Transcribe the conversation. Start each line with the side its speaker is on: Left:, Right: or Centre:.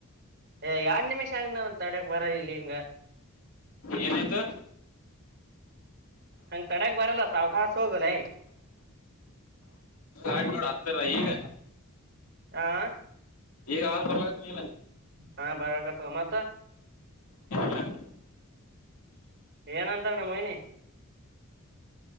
Right: ಏ ಯಾರ್ ನಿಮಿಷ ಆಗನ ಒಂದ ತಡೆಕ್ ಬರ ಇಲ್ಲ ಹಿಂಗ
Left: ಏನಾಯ್ತು
Right: ಹಂಗ್ ತಡಕ್ ಬರಲ್ಲ ಸಾವ್ಕಾಾಸ ಹೋಗಲ್ಲ
Left: ಆಡ್ ನೋಡ್ ಹತ್ತಾರ ಈಗ
Right: ಹಾ
Left: ಈಗ ಹಾಲ್ ಬರ್ಲತ್ ನೀಲ
Right: ಹಾ ಬರಕತ್ತವ ಮತ್ತ
Left: ಲ್ಲ <inaudible>
Right: ಏನ ಅಂತಾರ ನ ಮಹನಿ